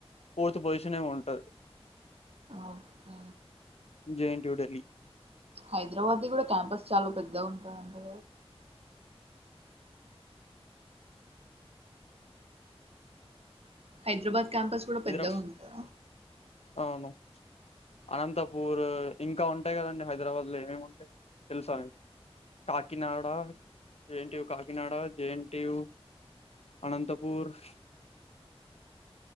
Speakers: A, on the left (about 75°); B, on the right (about 70°).
A: ఫోర్త్ పొజిషన్ ఏమో ఉంటది
B: ఓకే
A: జేఎన్టీయూ డెల్లీ.
B: హైదరాబాద్ది కూడా క్యాంపస్ చాలా పెద్దగా ఉంటది అంటగ హైదరాబాద్ క్యాంపస్ కూడా పెద్దగా
A: హైదరాబాద్
B: ఉంటా
A: అవును అనంతపూరూ ఇంకా ఉంటాయి కదండి హైదరాబాద్లో ఏమేమి ఉంటాయి తెలుసా. కాకినాడ జేఎన్టీయూ కాకినాడ జేఎన్టీయూ అనంతపూర్